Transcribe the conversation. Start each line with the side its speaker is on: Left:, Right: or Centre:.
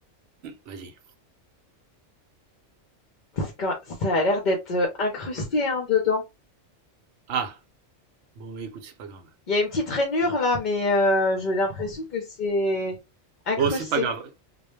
Right: Vas-y.
Left: C'est quand- Ça a l'air d'être euh, incrusté hein, dedans.
Right: Ah, Bon, bah, écoute, c'est pas grave.
Left: Il y a une petite rainure là, mais heu, j'ai l'impression que c'est incrusté.
Right: Bon, c'est pas grave.